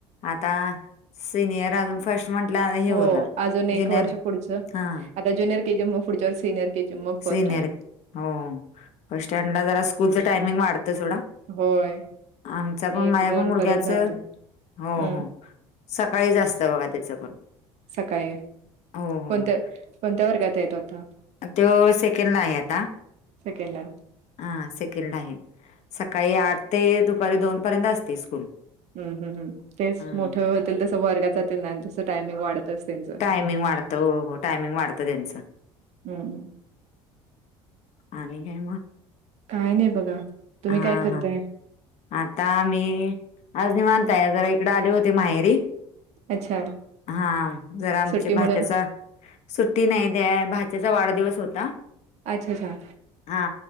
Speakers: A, on the left (about 50°); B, on the right (about 50°).
A: आता सिनियर अजून फर्स्ट म्हटल्या हे
B: हो
A: होणार,
B: अजून एक
A: ज्युनियर
B: वर्ष पुढचं
A: हां
B: आता ज्यनियर केजीम मग पुढच्या व सिनियर केजी मग फर्ट
A: सिनियर
B: स,
A: हो फट स्टँडला जरा स्कूलचं टायमिंग वाढतं थोडा
B: होय
A: आमचा पण
B: एक
A: माझ्या
B: दोन
A: पण मुलग्याच
B: पर्यंत जाते
A: हो
B: हम्म
A: हो, सकाळी जास्त बघा त्याचं पण,
B: सकाळी
A: हो हो
B: कोणत्या
A: हो
B: कोणत्या वर्गात येतो आता,
A: तो सेकंडला आहे आता
B: सेकंडला
A: हा सेकंड आहे सकाळी आठ ते दुपारी दोन पर्यंत असते स्कूल,
B: ह् ह तेच
A: हं.
B: मोठे होतील तस वर्गात जातील ना जसं टायमिंग वाढतच त्यांच,
A: टायमिंग वाढतं हो हो टायमिंग वातं त्यांच,
B: हम्
A: आणि काय
B: काय नाही बघा, तुम्ही
A: हा
B: काय करताय
A: हा आता मी आज नि म्हनताय जरा इकडे आले होते माहेर,
B: अच्छा
A: हा जरा आमच्या
B: सुट्टी म्हणून
A: भाच्याचा, सुट्टी नाही द्या भाजचा वाढदिवस होता
B: अच्छा अच्छा
A: हा